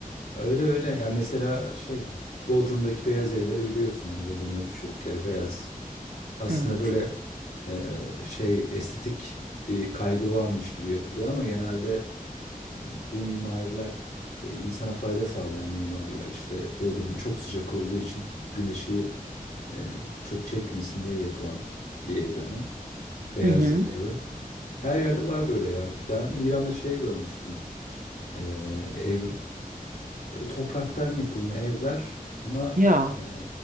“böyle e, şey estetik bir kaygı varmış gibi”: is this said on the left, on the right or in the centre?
Left